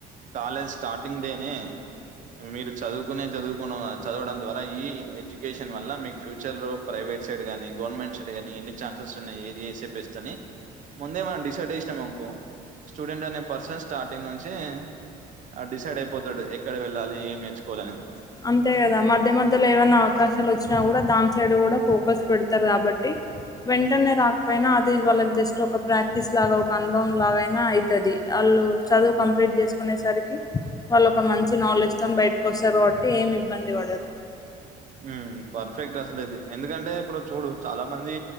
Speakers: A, on the right; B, on the left.
A: కాలేజ్ స్టార్టింగ్ డేనే మీరు చదువుకునే జదువుకున చదవడం ద్వారా ఈ ఎడ్యుకేషన్ వల్ల మీక్ ఫ్యూచర్లో ప్రైవేట్ సైడ్ గానీ గవర్నమెంట్ సైడ్ కానీ ఎన్నిఛాన్సెస్ ఉన్నాయి ఏది చేస్తే బెస్ట్ అని ముందే మనం డిసైడ్ చేేసినామనుకో స్టూడెంట్ అనే పర్సన్ స్టార్టింగ్ నుంచే అ డిసైడ్ అయిపోతడు ఎక్కడ వెళ్ళాలి. ఏం నేర్చుకోవాలనేది.
B: అంతే గదా మధ్య మధ్యలో ఏవన్నా అవకాశాలొచ్చినా గూడ దాని సైడ్ కూడా ఫోకస్ పెడతారు కాబట్టి వెంటనే రాక్పోయినా అది వాళ్ళకి జస్ట్ ఒక ప్రాక్టీస్ లాగా ఒక అనుభవం లాగైనా అయ్ తది ఆళ్ళు చదువు కంప్లీట్ జేసుకునేసరికి వాళ్ళోక మంచి నాలెడ్జ్ త్తం బయటికొస్తరు కావట్టి ఏమిబ్బంది వడరు
A: మ్మ్ పర్ఫెక్ట్ అసలిది ఎందుకంటే ఇప్పుడు చూడు చాలా మంది